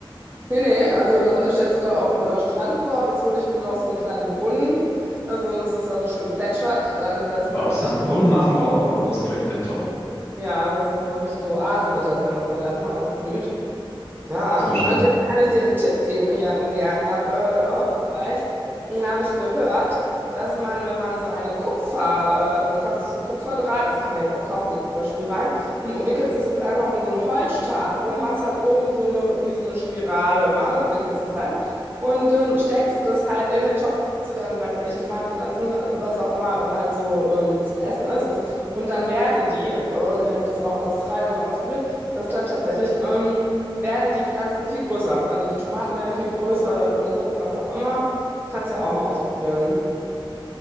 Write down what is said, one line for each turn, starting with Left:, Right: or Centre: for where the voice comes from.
Right: nee, nee, also da, und da steht sogar auch ein äh, Strandkorb. Jetzt hole ich mir noch so einen kleinen Brunnen, also dass das da so schön plätschert. Dann, das
Left: Was?
Right: wird eine
Left: Ein
Right: richtige
Left: Brunnen
Right: Oa-
Left: auf dem Balkon, das klingt ja toll.
Right: Ja, das ist eine richtige Oase, wird das, wenn das dann erstmal alles blüht. Ja,
Left: So schön.
Right: und jetzt kann ich dir einen Tipp geben hier im Gärtner, äh, Hobbybereich. Hm, Habe ich gehört, dass man, wenn man so eine Kupfer, äh, also man kauft sich so Kupferdraht, das kann man jetzt auch kaufen, so Kupferspiralen, und und wickelst das jetzt einfach um so einen Holzstab rum, machst halt oben so eine, wie so eine Spirale, ne? Wickelst das halt. Und dann steckst du das halt in den Topf zu deinen, weiß ich, Tomatenpflanzen, was auch immer halt so ähm, zum Essen ist. Und dann werden die, also ich habe das auch in Australien mal ausprobiert, das klappt tatsächlich. Ähm, werden die Pflanzen viel größer. Also die Tomaten werden viel größer oder Gurken, was auch immer. Kannst ja auch mal ausprobieren.